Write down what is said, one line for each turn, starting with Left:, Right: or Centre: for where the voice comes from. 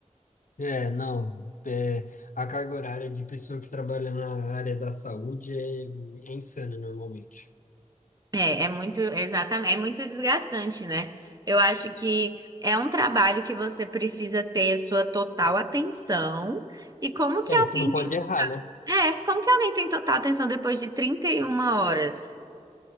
Left: É, não. É, a carga horária de pessoa que trabalha na área da saúde é, é insana, normalmente.
Right: É, é muito, exatamente, é muito desgastante, né? Eu acho que é um trabalho que você precisa ter a sua total atenção. E como que
Left: É,
Right: alguém
Left: que você não
Right: tem,
Left: pode errar, né?
Right: é, como que alguém tem total atenção depois de 31 horas?